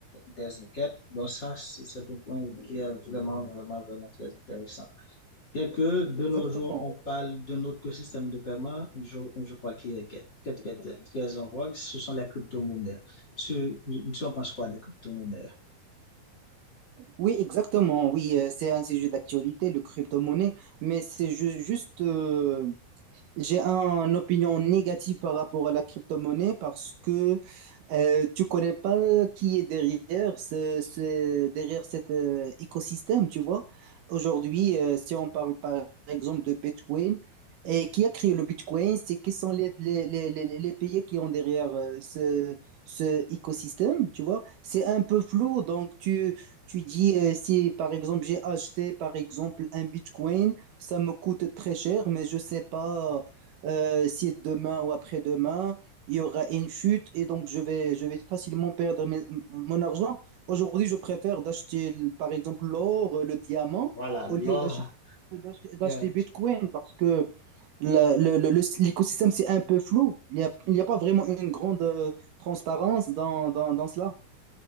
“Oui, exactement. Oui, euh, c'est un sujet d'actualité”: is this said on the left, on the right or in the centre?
Right